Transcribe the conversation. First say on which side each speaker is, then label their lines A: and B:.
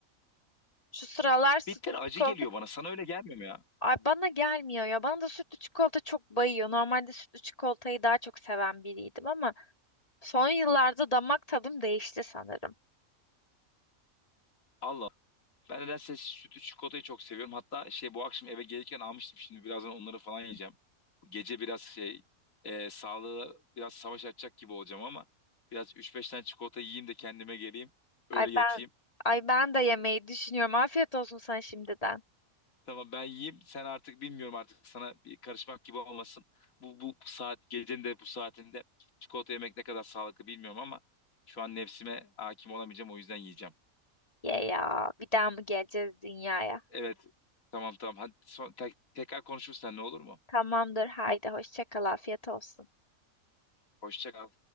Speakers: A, on the left; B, on the left.
A: Şu sıralar sütlü
B: Bitter acı
A: çikolata
B: geliyor bana. Sana öyle gelmiyor mu ya?
A: ay bana gelmiyor ya. Bana da sütlü çikolata çok bayıyor. Normalde sütlü çikolatayı daha çok seven biriydim ama son yıllarda damak tadım değişti sanırım.
B: Allah. Ben nedense sütü çikolatayı çok seviyorum. Hatta şey bu akşam eve gelirken almıştım. Şimdi birazdan onları falan yiyeceğim. Gece biraz şey e, sağlığı biraz savaş açacak gibi olacağım ama biraz üç beş tane çikolata yiyeyim de kendime geleyim. Öyle
A: Ay
B: yatayım.
A: ben ay ben de yemeyi düşünüyorum. Afiyet olsun sana şimdiden.
B: Tamam ben yiyeyim. Sen artık bilmiyorum artık sana bir karışmak gibi olmasın. Bu, bu saat gecenin de bu saatinde çikolata yemek ne kadar sağlıklı bilmiyorum ama şu an nefsime hakim olamayacağım o yüzden yiyeceğim.
A: Ye ya, bir daha mı geleceğiz dünyaya?
B: Evet. Tamam tamam. Hadi son, tek- tekrar konuşuruz seninle olur mu?
A: Tamamdır, haydi hoşça kal, afiyet olsun.
B: Hoşça kal.